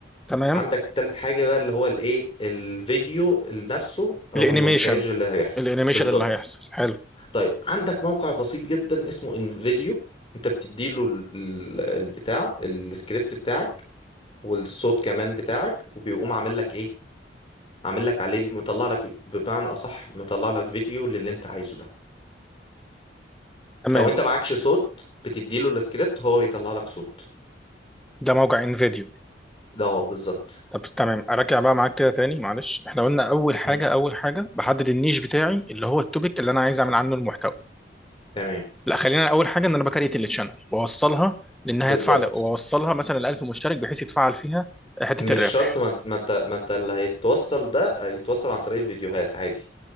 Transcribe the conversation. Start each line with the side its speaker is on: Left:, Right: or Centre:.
Centre: تمام
Left: عندك تالت حاجة بقى اللي هو الايه الفيديو نفسه او
Centre: الانيميشن
Left: المونتاج اللي هيحصل
Centre: الانيميشن
Left: بالظبط
Centre: اللي هيحصل حلو
Left: طيب عندك موقع بسيط جدا اسمه انفيديو انت بتديله ال- ال- البتاع السكريبت بتاعك والصوت كمان بتاعك وبيقوم عامل لك ايه عامل لك عليه مطلع لك بمعنى اصح مطلع لك فيديو للي انت عايزه ده
Centre: تمام
Left: لو انت معكش صوت بتديله السكريبت هو بيطلع لك صوت
Centre: ده موقع انفيديو
Left: ده هو بالظبط
Centre: طب تمام اراجع بقى معاك كده تاني معلش احنا قلنا اول حاجه
Left: مم.
Centre: اول حاجه بحدد النيش بتاعي اللي هو التوبيك اللي انا عايز اعمل عنه المحتوى
Left: تمام
Centre: لا خلينا اول حاجه ان انا بكريت التشانل واوصلها لانها
Left: بالظبط
Centre: تفعل واوصلها مثلا ل 1000 مشترك بحيث يتفعل فيها حته
Left: مش
Centre: الربح
Left: شرط ما انت ما انت ما انت اللي هيتوصل ده هيتوصل عن طريق الفيديوهات عادي